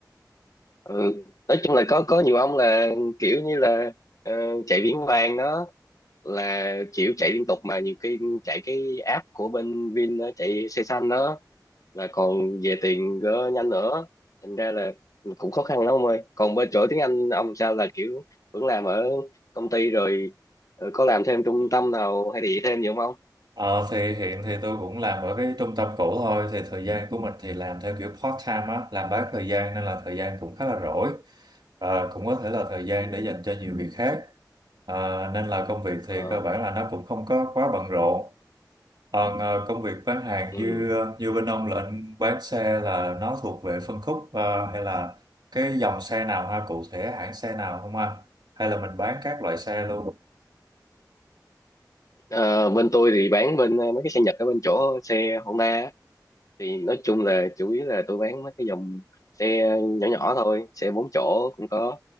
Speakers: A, on the left; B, on the right.
A: ừ. nói chung là có có nhiều ông là kiểu như là ờ, chạy viễn vàng đó là kiểu chạy liên tục mà nhiều khi chạy cái app của bên Vin đó, chạy xe xanh đó là còn về tiền gỡ nhanh nữa thành ra là cũng khó khăn lắm ông ơi còn bên chỗ tiếng Anh ông sao là kiểu vẫn làm ở công ty rồi ờ, có làm thêm trung tâm nào hay gì thêm gì không ông
B: ờ, thì hiện thì tôi cũng làm ở cái trung tâm cũ thôi thì thời gian của mình thì làm theo kiểu part time á, làm bán thời gian nên là thời gian cũng khá là rỗi. Ờ, cũng có thể là thời gian
A: ừ.
B: để dành cho nhiều việc khác. Ờ, nên là công việc thì
A: Ờ,
B: cơ bản là nó cũng không có quá bận rộn Còn ờ, công việc bán hàng
A: ừ.
B: như ờ, như bên ông là anh bán xe là nó thuộc về phân khúc ờ, hay là cái dòng xe nào ha cụ thể hãng xe nào không ha hay là mình bán các loại xe luôn
A: Ờ, bên tôi thì bán bên ờ, mấy cái xe Nhật ở bên chỗ xe Honda á. thì nói chung là chủ yếu là tôi bán mấy cái dòng xe nhỏ nhỏ thôi xe bốn chỗ cũng có